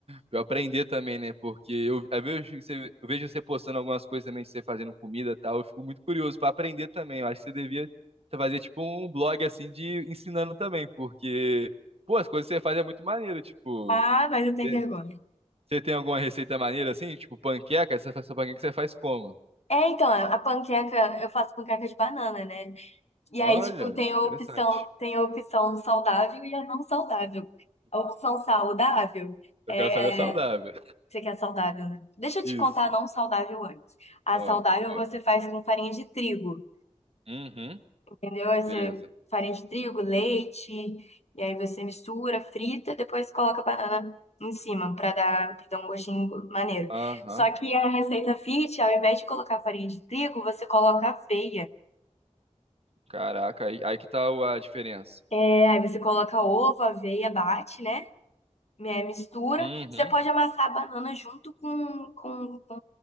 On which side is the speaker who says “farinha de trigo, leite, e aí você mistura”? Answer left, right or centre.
Left